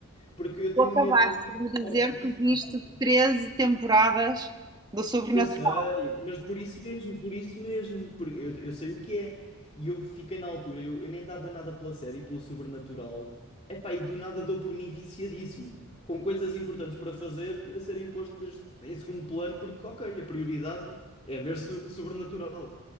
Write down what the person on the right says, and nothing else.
tu acabaste
de me
dizer
que viste 13 temporadas do Sobrenatural.